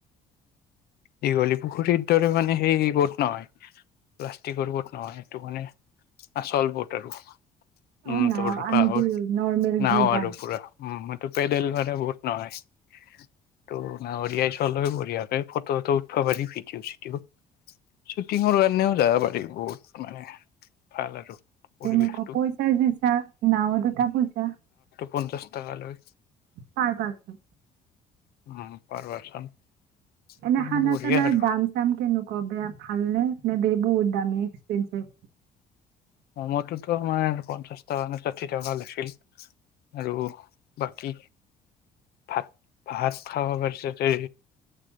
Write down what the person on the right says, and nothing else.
অ',
নাও
আমি
যে নৰ্মেল
যি বা
কেনেকুৱা পইচা <unintelligible> নাওত উঠা পইচা
পাৰ পাৰ্চন
এনে খানা
চানাৰ
দাম চাম কেনেকুৱা বেয়া ভালনে? নে ব বহুত দামী এক্সপেঞ্চিভ।